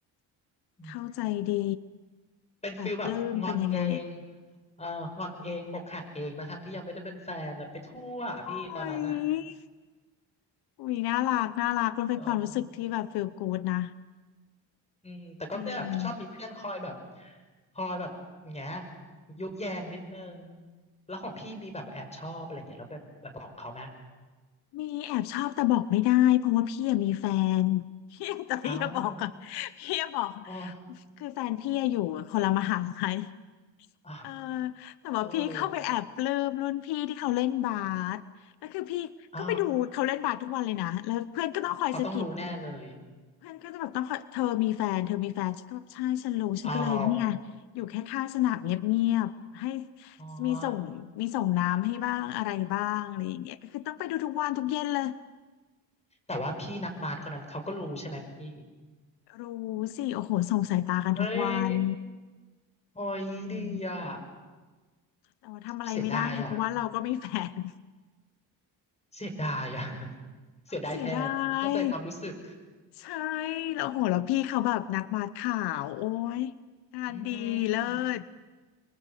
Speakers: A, on the left (about 15°); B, on the left (about 80°).
A: อืม
B: เข้าใจดี
A: เป็นฟิลแบบงอนเอง
B: แบบปลื้มเป็นยังไง
A: เอองอนเองอกหักเองนะทั้งที่ยังไม่ได้เป็นแฟนแล้วไปทั่วพี่ตอนนั้นอ่ะ
B: โอ้ยอุ้ยน่ารักน่ารักมันเป็นความรู้สึกที่แบบ
A: <laughs> เออ
B: feel good นะ
A: อืมแต่ก็เนี่ยแบบชอบมีเพื่อนคอยแบบ
B: จริง
A: คอยแบบแงะยุแยงนิดนึงแล้วของพี่มีแบบแอบชอบอะไรเงี้ยแล้วไปไปบอกเขาไหม
B: มีแอบชอบแต่บอกไม่ได้เพราะว่าพี่อะมีแฟน <laughs> พี่แต่พี่จะบอกอะ
A: เอา
B: พี่จะบอก
A: อ๋อ
B: คือแฟนพี่อะอยู่คนละมหาลัย
A: อ๋อ
B: เออแต่ว่าพี่เข้าไปแอบปลื้มรุ่นพี่ที่เขาเล่นบาสแล้วคือพี่ก็ไปดูเขาเล่นบาสทุกวันเลยนะแล้วเพื่อนก็ต้องคอยสะกิด
A: โอ้อ๋อเขาต้องรู้แน่เลย
B: เพื่อนก็จะแบบต้องคอยเธอมีแฟนเธอมีแฟนฉันก็แบบใช่ฉันรู้ฉันก็เลยนี่ไง
A: เอา
B: อยู่แค่ข้างสนามเงียบๆให้
A: อ๋อ
B: มีส่งมีส่งน้ำให้บ้างอะไรบ้างอะไรอย่างเงี้ยก็คือต้องไปดูทุกวันทุกเย็นเลย
A: ยแต่ว่าพี่นักบาสคนนั้นเขาก็รู้ใช่ไหมพี่
B: รู้สิโอ้โหส่งสายตากันทุกวัน
A: เอ้ยโอ้ยดีอ่ะ
B: อืมแต่ว่าทำอะไรไม่ได้ไงเพราะว่าเราก็มีแฟน
A: เสียดายอ่ะ
B: <laughs>
A: เสียดายอ่ะ <laughs> เสียดายแทนเข้าใจความรู้สึก
B: เสียดายใช่แล้วโหแล้วพี่เขาแบบนักบาสขาวโอ้ยงานดีเลิศ
A: อืม